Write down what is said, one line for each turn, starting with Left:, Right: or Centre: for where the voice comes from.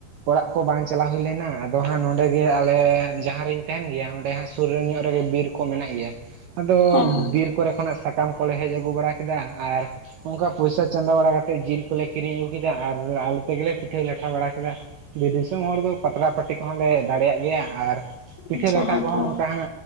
Right: ᱚᱲᱟᱜ ᱠᱚ ᱵᱟᱝ ᱪᱟᱞᱟᱣ ᱦᱩᱭ ᱞᱮᱱᱟ ᱟᱫᱚ ᱦᱟᱸᱜ ᱱᱚᱸᱰᱮ ᱜᱮ ᱟᱞᱮ ᱡᱟᱦᱟᱸ ᱨᱤᱧ ᱛᱟᱦᱮᱱ ᱜᱮᱭᱟ ᱚᱸᱰᱮ ᱦᱟᱸᱜ ᱥᱩᱨ ᱧᱚᱜ ᱨᱮᱜᱮ ᱵᱤᱨ ᱠᱚ ᱢᱮᱱᱟᱜ ᱜᱮᱭᱟ ᱟᱫᱚ
Left: ᱦᱮᱸ
Right: ᱵᱤᱨ ᱠᱚᱨᱮ ᱠᱷᱚᱱᱟᱜ ᱥᱟ ᱥᱟᱠᱟᱢ ᱠᱚᱞᱮ ᱦᱮᱡ ᱟᱹᱜᱩ ᱵᱟᱲᱟ ᱠᱮᱫᱟ ᱟᱨ ᱚᱱᱠᱟ ᱯᱚᱭᱥᱟ ᱪᱟᱸᱫᱟ ᱵᱟᱲᱟ ᱠᱟᱛᱮᱫ ᱡᱤᱞ ᱠᱚᱞᱮ ᱠᱤᱨᱤᱧ ᱟᱹᱜᱩ ᱠᱮᱫᱟ ᱟᱨ ᱟᱞᱮ ᱛᱮᱜᱮᱞᱮ ᱯᱤᱴᱷᱟᱹ ᱞᱟᱴᱷᱟ ᱵᱟᱲᱟ ᱠᱮᱫᱟ ᱵᱤᱨ ᱫᱤᱥᱚᱢ ᱦᱚᱲ ᱫᱚ ᱯᱟᱛᱲᱟ ᱯᱟᱹᱴᱤ ᱠᱚᱦᱚᱸᱞᱮ ᱫᱟᱲᱮᱭᱟᱜ ᱜᱮᱭᱟ ᱟᱨ ᱯᱤᱴᱷᱟᱹ
Left: ᱟᱪᱪᱷᱟ
Right: ᱞᱟᱴᱷᱟ
Left: ᱦᱮᱸ
Right: ᱠᱚᱦᱚᱸ
Left: ᱛᱚ
Right: ᱚᱱᱠᱟ ᱦᱟᱸᱜ